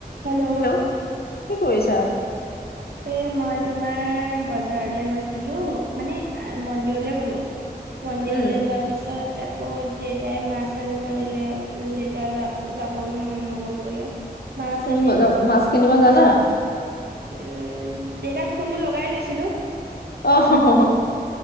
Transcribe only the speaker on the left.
হেল্লৌ' কি কৰিছা?
উম,
তুমি
বজাপা মাছ কিনিব জানা?
অ হ হ।